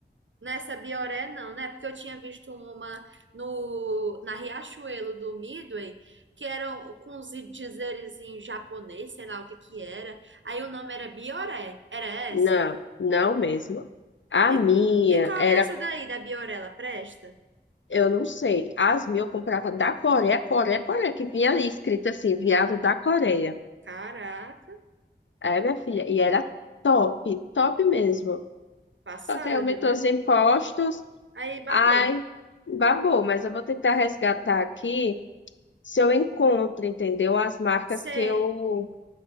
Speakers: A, on the right; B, on the left.
A: Nessa Bioré não, né? Porque eu tinha visto uma no na Riachuelo do Midway, que era um, com uns dizeres em japonês, sei lá o que que era. Aí o nome era Bioré. Era essa?
B: não, não mesmo. A minha
A: E, e qual
B: era
A: essa daí da Bioré, ela presta?
B: Eu não sei. As mil eu comprava da Coreia, Coreia, Coreia, que vinha ali escrito assim, viado da Coreia.
A: Caraca,
B: É, minha filha, e era top, top mesmo.
A: passada,
B: Só que aí aumentou
A: viu, minha
B: os impostos,
A: filha? Aí babou.
B: ai, babou, mas eu vou tentar resgatar aqui se eu encontro, entendeu? As marcas
A: Sei.
B: que eu,